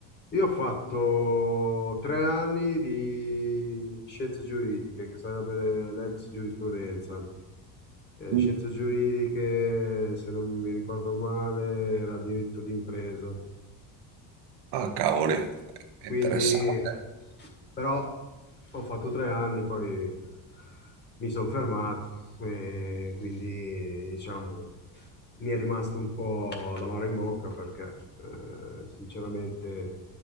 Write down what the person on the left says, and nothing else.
Io ho fatto tre anni di scienze giuridiche, che sarebbe l'ex giurisprudenza. Eh,
scienze giuridiche, se non mi ricordo male, era diritto d'impresa.
Quindi,
però ho fatto tre anni, poi mi sono fermato e quindi, diciamo, mi è rimasto un po' l'amaro in bocca perché, eh, sinceramente,